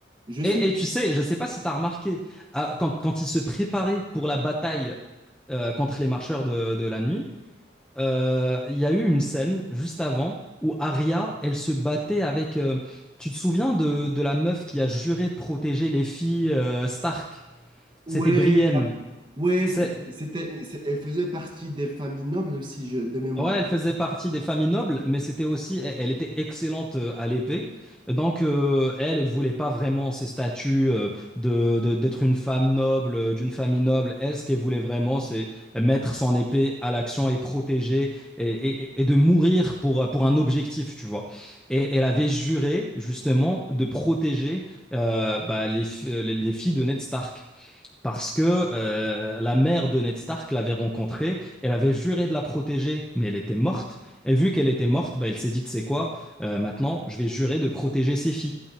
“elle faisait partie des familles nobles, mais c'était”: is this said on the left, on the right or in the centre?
Centre